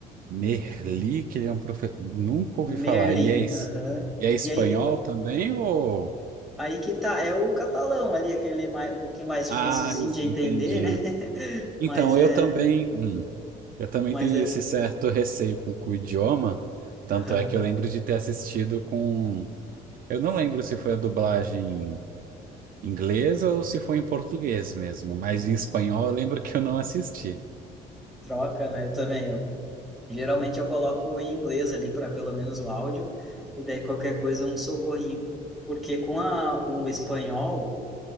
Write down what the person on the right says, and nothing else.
Merli, que ele é um professor. Nunca ouvi
falar. E é, es-
e é espanhol
também, ou.
Ah,
es-
entendi.
Então,
eu também. hum, Eu também
tenho
esse certo receio com com o idioma, tanto
é que eu lembro de ter assistido com. Eu não lembro se foi a dublagem inglesa ou se foi em português mesmo, mas em espanhol eu lembro que eu não assisti.